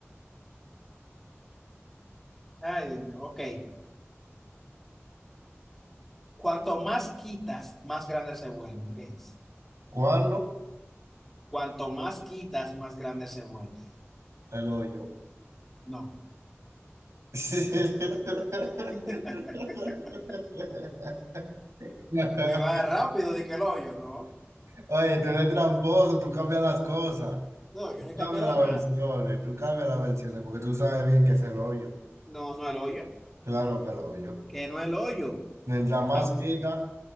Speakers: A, in the centre; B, on the right (about 85°).
A: Ay, Dios mío, ok. Cuanto más quitas, más grande se vuelve. ¿Qué es?
B: ¿Cuándo?
A: Cuanto más quitas, más grande se vuelve.
B: Te lo doy yo.
A: No.
B: <laughs>
A: <laughs> Y va
B: Sí.
A: rápido, de que el hoyo, ¿no?
B: Oye, tú eres tramposo, tú cambias las cosas.
A: No, yo
B: Tú
A: no he cambiado
B: cambias las
A: nada.
B: versiones, tú cambias las versiones, porque tú sabes bien que es el hoyo.
A: No, no el hoyo.
B: Claro que el hoyo.
A: Que no el hoyo.
B: Mientras
A: <laughs>
B: más quita,